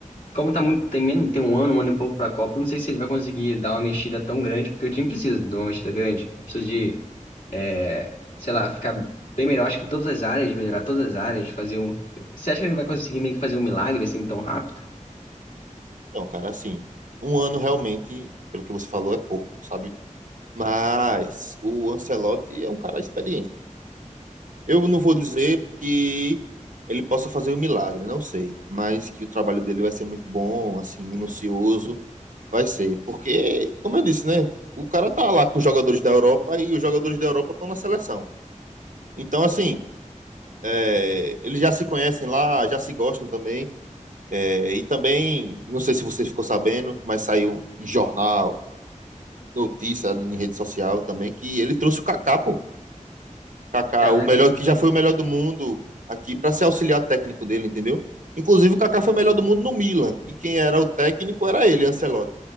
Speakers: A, on the left; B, on the right.
A: Como tá muito, tem, menos- tem um ano, um ano e pouco pra Copa, eu não sei se ele vai conseguir dar uma mexida tão grande, porque o time precisa de uma mexida grande. Precisa de, é, sei lá, ficar bem melhor, acho que em todas as áreas, melhorar todas as áreas, fazer um. Você acha que ele vai conseguir meio que fazer um milagre assim tão rápido?
B: Então, cara, assim, um ano realmente, pelo que você falou, é pouco, sabe? Mas o Ancelotti é um cara experiente. Eu não vou dizer que ele possa fazer um milagre, não sei. Mas que o trabalho dele vai ser muito bom, assim, minucioso, vai ser. Porque, como eu disse, né? O cara tá lá com os jogadores da Europa e os jogadores da Europa estão na seleção. Então, assim, é, eles já se conhecem lá, já se gostam também. É, e também, não sei se você ficou sabendo, mas saiu em jornal, notícia, em rede social também, que ele trouxe o Kaká, pô. Kaká,
A: Caraca,
B: o melhor que já foi o melhor do mundo aqui para ser auxiliar técnico dele, entendeu? Inclusive o Kaká foi o melhor do mundo no Milan e quem era o técnico era ele, Ancelotti,